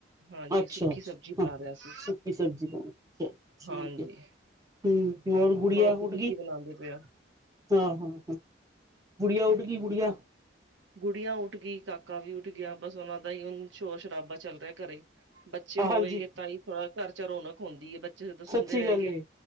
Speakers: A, on the right (about 75°); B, on the right (about 20°).
A: ਹਾਂਜੀ
B: ਅੱਛਾ,
A: ਸੁੱਕੀ
B: ਅੱਛਾ
A: ਸਬਜ਼ੀ ਬਣਾ
B: ਹਾਂ
A: ਰਿਹਾ ਸੀ
B: ਸੁੱਕੀ ਸਬਜ਼ੀ ਬਣ ਰਹੀ ਠੀਕ
A: ਹਾਂਜੀ
B: ਹੈ। ਹੂੰ ਹੋਰ ਗੁੜੀਆ ਉਠਗੀ
A: ਤੁਸੀਂ ਕੀ ਬਣਾਉਂਦੇ ਪਏ
B: ਆਹ! ਹੋ ਗੁੜੀਆ,
A: ਹੋ
B: ਊਠਗੀ ਗੁੜੀਆ।
A: ਗੁੜੀਆਂ ਉੱਠ ਗਈ, ਕਾਕਾ ਵੀ ਉੱਠ ਗਿਆ, ਬੱਸ ਉਹਨਾਂ ਦਾ ਹੀ ਹੁਣ, ਸ਼ੋਰ ਸ਼ਰਾਬਾ ਚੱਲ ਰਿਹਾ ਘਰੇ। ਬੱਚੇ
B: ਹਾਂਜੀ
A: ਹੋਵੇ ਗ ਤਾਂ ਹੀ ਥੋੜਾ ਘਰ ਚ ਰੌਣਕ ਹੁੰਦੀ ਹੈ, ਬੱਚੇ ਜਦੋਂ ਸੋਂਦੇ
B: ਸੱਚੀ
A: ਰਹਿਣਗੇ।
B: ਗੱਲ ਏ